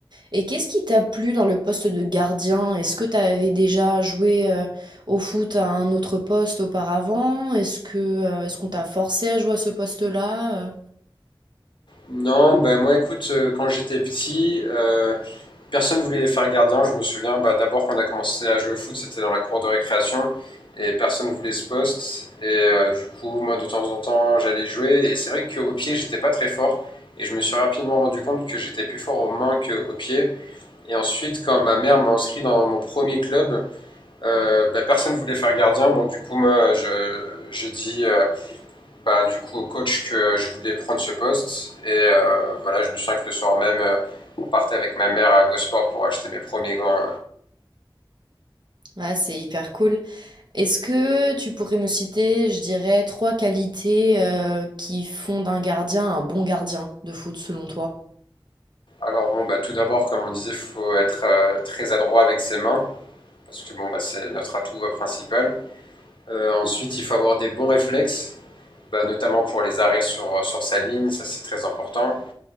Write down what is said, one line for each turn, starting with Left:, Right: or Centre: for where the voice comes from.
Right: Et qu'est-ce qui t'a plu dans le poste de gardien? Est-ce que t'avais déjà joué euh, au foot à un autre poste auparavant? Est-ce que, euh, est-ce qu'on t'a forcé à jouer à ce poste-là? Euh,
Left: Non, ben moi écoute, euh, quand j'étais petit, euh, personne ne voulait faire gardien. Je me souviens, bah, d'abord quand on a commencé à jouer au foot, c'était dans la cour de récréation et personne ne voulait ce poste. Et euh, du coup, moi de temps en temps, j'allais jouer. Et c'est vrai qu'au pied, j'étais pas très fort. Et je me suis rapidement rendu compte que j'étais plus fort aux mains qu'aux pieds. Et ensuite, quand ma mère m'a inscrit dans mon premier club, euh, bah, personne ne voulait faire gardien, donc du coup, moi, j'ai dit euh, bah, du coup au coach que je voulais prendre ce poste. Et euh, voilà, je me souviens que le soir même, euh, on partait avec ma mère à Gosport pour acheter mes premiers gants.
Right: Ah, c'est hyper cool. Est-ce que tu pourrais me citer, je dirais, trois qualités euh, qui font d'un gardien un bon gardien de foot selon toi?
Left: Alors bon, bah, tout d'abord, comme on disait, il faut être euh, très adroit avec ses mains, parce que bon, bah, c'est notre atout euh, principal. Euh, ensuite, il faut avoir des bons réflexes, bah, notamment pour les arrêts sur, sur sa ligne, ça c'est très important.